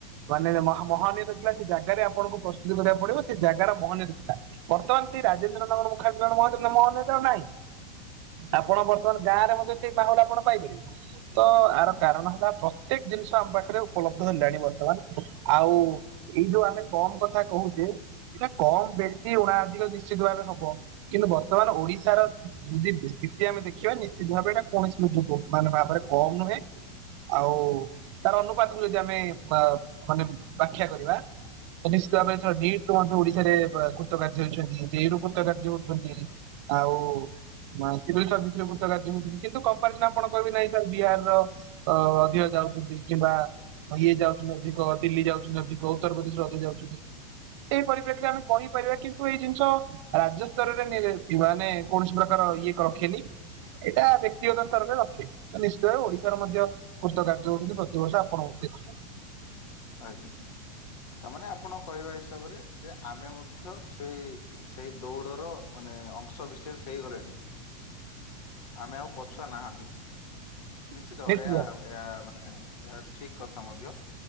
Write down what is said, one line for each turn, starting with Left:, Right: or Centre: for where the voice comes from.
Right: ମାନେ ମ ମହାନୀୟ ଥିଲା ସେ ଜାଗାରେ ଆପଣଙ୍କୁ ପ୍ରସ୍ତୁତି କରିବାକୁ ପଡିବ ସେ ଜାଗାର ମହାନୀୟ ତା ଥିଲା। ବର୍ତ୍ତମାନ ସେ ରାଜେନ୍ଦ୍ରନଗର
Left: ହୁଁ
Right: ମୁଖ୍ୟଦ୍ରୀର ମହାନିୟ ତା ନାହିଁ।
Left: ହୁଁ।
Right: ଆପଣ ବର୍ତ୍ତମାନେ ଗାଁ ରେ ମଧ୍ୟ ସେଇ ପାଗ ଟା ଆପଣ ପାଇବେ ତ ଆର
Left: ଆଜ୍ଞା
Right: କାରଣ ହେଲା ପ୍ର ପ୍ରତ୍ୟେକ ଜିନିଷ ଆମ ପାଖରେ ଉପଲବ୍ଧ ହେଲାଣି ବର୍ତ୍ତମାନ ଆଉ ଏଇ ଯୋଉ ଆମେ କମ୍ କଥା। କହୁଛେ ଏ କମ୍ ବେଶୀ ଉଣାଧିକ ନିଶ୍ଚିତ ଭାବେ ହବ। କିନ୍ତୁ ବର୍ତ୍ତମାନ ଓଡିଶାର ଯଦି ସ୍ଥିତି ଆମେ ଦେଖିବା ନିଶ୍ଚିତ ଭାବେ ଏଇଟା କୌଣସି ମୂଲ୍ୟ କୁ। ମାନେ ଭାବରେ କମ୍ ନୁହେଁ। ଆଉ ତାର ଅନୁପାତ କୁ ଯଦି ଆମେ ବା ମାନେ। ବାଖ୍ୟା କରିବା ନିଶ୍ଚିତ ଭାବରେ ନିଟି ର ଓଡିଶାରେ କୃତ କାର୍ଯ୍ୟ ହେଇଛନ୍ତି ଯେଇରୁ। ଗତେ <inaudible> କାର୍ଯ୍ୟ ଜଉ ଅଛନ୍ତି ଆଉ ସରେ <inaudible> ରାଜି ହଉଛନ୍ତି କିନ୍ତୁ କମ୍ପାରିରେ ଆପଣ କହିବେ ନାହିଁସାର୍ ବିହାର ର। ଅ ଅଧିକ ଯାଉଛନ୍ତି କିମ୍ବା ତ ଇଏ ଯାଉଛନ୍ତି ଅଧିକ ଦିଲ୍ଲୀ ଯାଉଛନ୍ତି ଅଧିକ ଉତ୍ତରପ୍ରଦେଶରେ ଅଧିକ ଯାଉଛନ୍ତି। ସେଇ ପରିପ୍ରେକ୍ଷୀରେ ଆମେ କହିପାରିବା କିନ୍ତୁ ଏଇ ଜିନିଷ ରାଜ୍ୟ ସ୍ତରରେ ନି ମାନେ କୌଣସି ପ୍ରକାର ଇଏକ ରଖେନି ଏଇଟା ବ୍ୟକ୍ତିଗତ ସ୍ତରରେ ରଖେ ତ ନିଶ୍ଚିତ ଭାବବେ ଓଡିଶାର ମଧ୍ୟ କୃତ କାର୍ଯ୍ୟ ହଉଛନ୍ତି ପ୍ରତିବର୍ଷ କଣ <inaudible>
Left: ଆଜ୍ଞା ତାମାନେ ଆପଣ କହିବା ହିସାବରେ ଯେ ଆମେ ମଧ୍ୟ ସେ ସେଇ ଦୌଡର ମାନେ ଅଂଶ ବିଶେଷ ହେଇଗଲେଣି। ଆମେ ଆଉ ପଛୁଆ ନାହାନ୍ତି। ନିଶ୍ଚିତ
Right: ଭାବେ
Left: ଭାବରେ ଏହା ଏହା ମାନେ ଏହା ଠିକ କଥା ମଧ୍ୟ